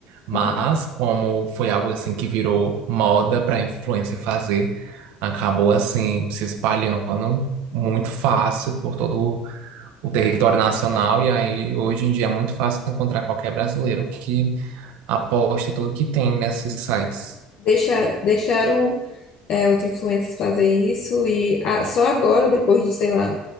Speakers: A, on the right; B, on the left.
A: Mas
B: Uhum.
A: como foi algo assim que virou moda para influencer fazer, acabou assim se espalhando muito fácil por todo o território nacional, e aí hoje em dia é muito fácil encontrar qualquer brasileiro que aposta tudo que tem nesses sites.
B: Deixaram, deixaram é, os influencers fazer isso e ah, só agora, depois de, sei lá,